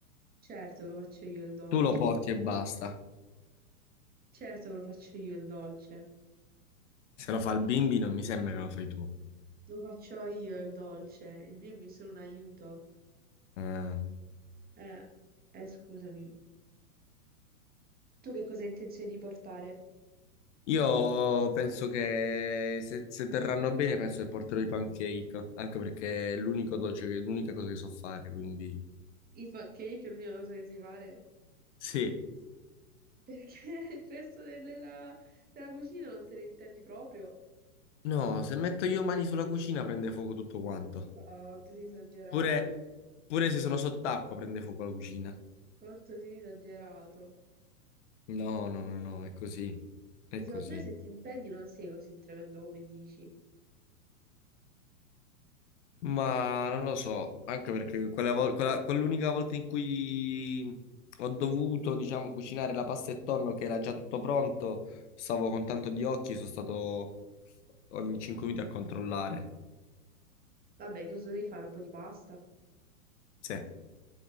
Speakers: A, on the right (about 20°); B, on the left (about 55°).
A: certo che lo faccio io il dolce.
B: Tu lo porti e basta.
A: Certo che lo faccio io il dolce.
B: Se lo fa il bimbi non mi sembra che lo fai tu.
A: Lo faccio io il dolce. Il bimbi è solo un aiuto.
B: Ah.
A: Eh, eh, scusami. Tu che cosa hai intenzione di portare?
B: Io penso che se, se terranno bene, penso che porterò i pancake, anche perché è l'unico dolce che- l'unica cosa che so fare, quindi
A: I pancake è l'unica cosa che sai fare?
B: sì.
A: Perché <laughs> il resto delle- la- della cucina non te ne intendi proprio?
B: No, se metto io mani sulla cucina prende fuoco tutto quanto.
A: Ah, quanto sei esagerato.
B: Pure, pure se sono sott'acqua prende fuoco la cucina.
A: Quanto sei esagerato.
B: No, no, no, no, è così. È
A: Ma Secondo
B: così.
A: me se ti impegni non sei così tremendo come dici.
B: Ma non lo so, anche perché quella vol- quella- quell'unica volta in cui ho dovuto, diciamo, cucinare la pasta e tonno che era già tutto pronto, stavo con tanto di occhi, sono stato ogni 5 minuti a controllare.
A: Vabbè, cosa devi fare? Un po' di pasta?
B: Sì.